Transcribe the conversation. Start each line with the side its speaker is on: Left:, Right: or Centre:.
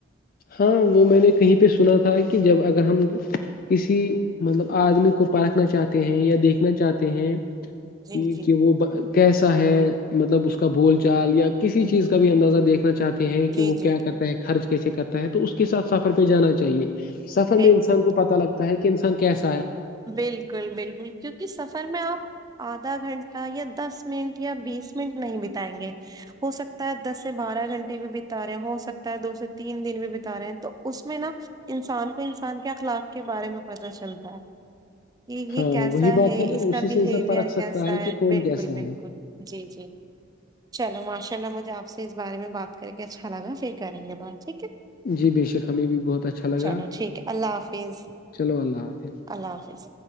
Left: ہاں وہ میں نے کہیں پہ سنا تھا کہ جب اگر ہم کسی مطلب آدمی کو پرکھنا چاہتے ہیں یا دیکھنا چاہتے ہیں
Right: جی
Left: یہ
Right: جی
Left: کہ وہ کیسا ہے مطلب اس کا بول چال یا کسی چیز کا بھی اندازہ دیکھنا چاہتے ہیں
Right: جی
Left: کہ وہ
Right: جی
Left: کیا کرتا ہے خرچ کیسے کرتا ہے تو اس کے ساتھ سفر پہ جانا چاہیے سفر
Right: بالکل
Left: میں انسان کو پتا لگتا ہے کہ انسان کیسے
Right: بالکل بالکل کیونکہ سفر میں آپ آدھا گھنٹہ یا دس منٹ یا بیس منٹ نہیں بتائیں گے ہو سکتا ہے دس سے بارہ گھنٹے بھی بتا رہے ہیں ہو سکتا ہے دو سے تین دن بھی بتا رہے ہیں تو اس میں نا انسان کو انسان کے اخلاق کے بارے میں پتہ چلتا ہے کہ یہ
Left: ہاں
Right: کیسا
Left: وہی بات
Right: ہے
Left: نا
Right: اس کا
Left: اسی
Right: بیہیوئیر
Left: سے انسان پرکھ سکتا
Right: کیسا ہے
Left: کہ کون
Right: بالکل
Left: کیسا
Right: بالکل
Left: ہے
Right: جی جی چلو ماشاء اللہ مجھے آپ سے اس بارے میں بات کر کے اچھا لگا پھر کریں گے بات ٹھیک ہے
Left: جی بے شک ہمیں بھی بہت اچھا لگا
Right: چلو ٹھیک ہے اللہ حافظ
Left: چلو اللہ حافظ
Right: اللہ حافظ